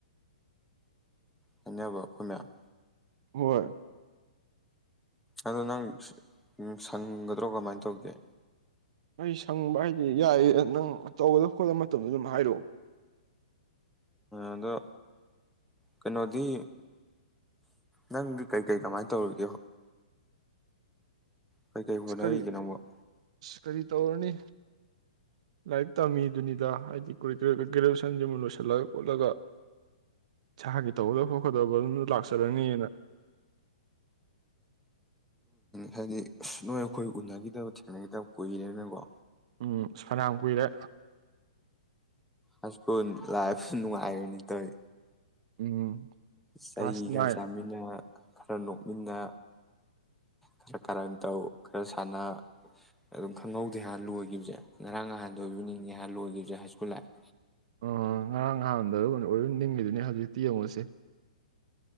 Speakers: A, in the centre; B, on the right (about 55°).
A: ꯍꯥꯏꯅꯕ ꯑꯈꯣꯏ ꯃꯌꯥꯝ
B: ꯍꯣꯏ
A: ꯑꯗꯣ ꯅꯪ ꯁꯪꯒꯗ꯭ꯔꯣ ꯀꯃꯥꯏ ꯇꯧꯒꯦ
B: ꯑꯩ ꯁꯪꯕ ꯍꯥꯏꯖꯦ ꯌꯥꯏꯌꯦ ꯅꯪ ꯇꯧꯒꯗ ꯈꯣꯠꯀꯗ ꯃꯇꯝꯗꯣ ꯑꯗꯨꯝ ꯍꯥꯏꯔꯛꯑꯣ
A: ꯑꯗꯣ ꯀꯩꯅꯣꯗꯤ ꯅꯪꯗꯤ ꯀꯩꯀꯩ ꯀꯃꯥꯏꯅ ꯇꯧꯔꯤꯒꯦ ꯀꯩꯀꯩ ꯍꯣꯠꯅꯔꯤꯒꯦ
B: ꯀꯔꯤ
A: ꯅꯪꯕꯣ
B: ꯀꯔꯤ ꯇꯧꯔꯅꯤ ꯂꯥꯏꯔꯤꯛ ꯇꯝꯃꯤꯗꯨꯅꯤꯗ ꯍꯥꯏꯗꯤ ꯒ꯭ꯔꯦꯖꯨꯋꯦꯁꯟꯁꯤ ꯑꯃꯨꯛ ꯂꯣꯏꯁꯤꯜꯂꯒ ꯈꯣꯠꯂꯒ ꯏꯁꯥꯒꯤ ꯇꯧꯒꯗꯕ ꯈꯣꯠꯀꯗꯕ ꯑꯗꯨꯗ ꯂꯥꯛꯆꯔꯅꯤꯅ
A: ꯍꯥꯏꯗꯤ ꯑꯁ ꯅꯣꯏ ꯑꯩꯈꯣꯏ ꯎꯅꯈꯤꯗꯕ ꯊꯦꯡꯅꯈꯤꯗꯕ ꯀꯨꯏꯔꯦꯅꯀꯣ
B: ꯎꯝ ꯁꯅꯥꯝ ꯀꯨꯏꯔꯦ
A: ꯑꯁꯀꯣꯟ ꯂꯥꯏꯐ ꯅꯨꯡꯉꯥꯏꯔꯅꯤ ꯇꯧ
B: ꯎꯝ
A: ꯆꯍꯤ
B: ꯀ꯭ꯂꯥꯁ ꯅꯥꯏꯟ
A: ꯈꯔ ꯆꯥꯃꯤꯅ ꯈꯔ ꯅꯣꯛꯃꯤꯟꯅ ꯈꯔ ꯀꯔꯟ ꯇꯧ ꯈꯔ ꯁꯥꯟꯅ ꯑꯗꯨꯝ ꯈꯪꯍꯧꯗꯦ ꯍꯥꯏꯥꯟꯅ ꯂꯣꯏꯈꯤꯕꯁꯦ ꯉꯔꯥꯡ ꯅꯍꯥꯟꯗ ꯑꯣꯏꯕꯤꯅꯤꯡꯉ ꯍꯥ ꯂꯣꯏꯒ ꯍꯥꯏꯁ꯭ꯀꯨꯂ ꯂꯥꯄ
B: ꯑ ꯉꯔꯥꯡ ꯅꯍꯥꯟꯗ ꯑꯗꯨ ꯑꯣꯏꯝ ꯅꯤꯡꯉꯗꯨꯅꯤ ꯍꯧꯖꯤꯛꯇꯤ ꯌꯦꯡꯉꯨꯁꯦ